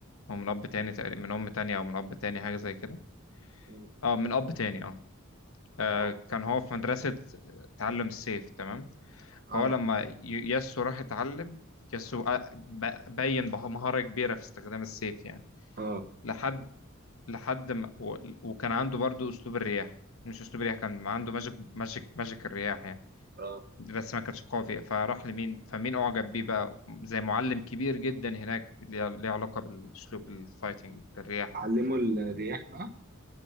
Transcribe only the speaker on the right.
مم.
اه
اه
اه
اه
علموا
الرياح بقى